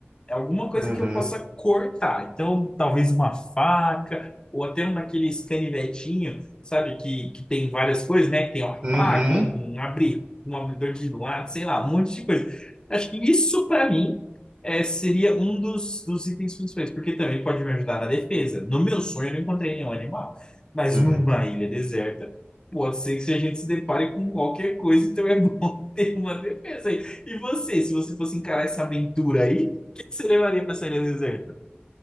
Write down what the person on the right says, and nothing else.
uhum,
uhum,
uhum.